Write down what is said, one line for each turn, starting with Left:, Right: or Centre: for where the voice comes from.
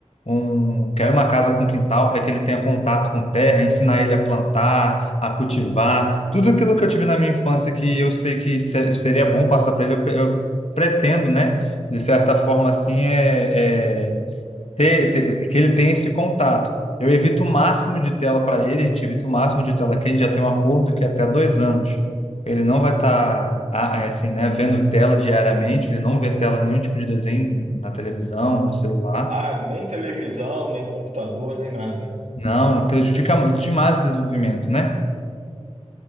Left: um, quer uma casa com quintal para que ele tenha contato com terra, ensinar ele a plantar, a cultivar, tudo aquilo que eu tive na minha infância que eu sei que se- seria bom passar para ele, eu, eu pretendo, né, de certa forma assim, é, é ter, ter- que ele tenha esse contato. Eu evito o máximo de tela para ele, a gente evita o máximo de tela que a gente já tem um acordo que é até dois anos. Ele não vai estar assim, né, vendo tela diariamente, ele não vê tela, nenhum tipo de desenho na televisão, no celular.
Right: Ah, nem televisão, nem computador, nem nada.
Left: Não, prejudica muito demais o desenvolvimento, né?